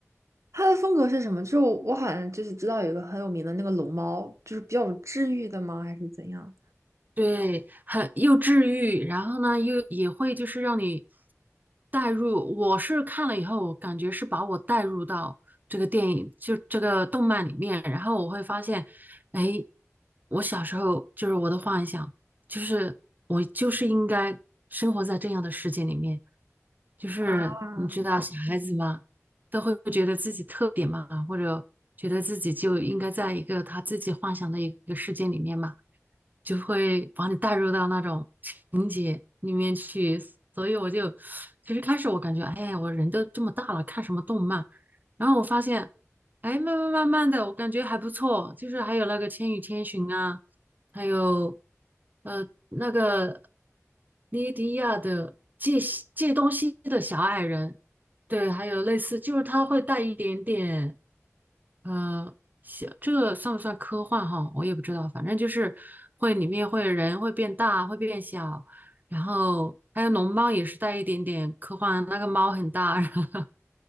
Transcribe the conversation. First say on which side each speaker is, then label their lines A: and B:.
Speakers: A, on the right; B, on the right.
A: 它的风格是什么？就我我好像就是知道有一个很有名的那个龙猫，就是比较治愈的吗？还是怎样？
B: 对，很又治愈，然后呢，又也会就是让你带入。我是看了以后，我感觉是把我带入到这个电影，就这个动漫里面，然后我会发现，哎，我小时候就是我的幻想，就是我就是应该生活在这样的世界里面。就是你知道，
A: 啊？
B: 小孩子嘛，都会觉得自己特别嘛，或者觉得自己就应该在一个他自己幻想的一个世界里面嘛。就会把你带入到那种情节里面去，所以我就其实开始我感觉，哎，我人都这么大了，看什么动漫？然后我发现，哎，慢慢慢慢的，我感觉还不错，就是还有那个《千与千寻》啊，还有呃那个莉迪亚的借借东西的小矮人，对，还有类似，就是他会带一点点。嗯，呃行这个算不算科幻哈？我也不知道，反正就是会里面会人会变大，会变小，然后还有龙猫也是带一点点科幻，那个猫很大，<laughs>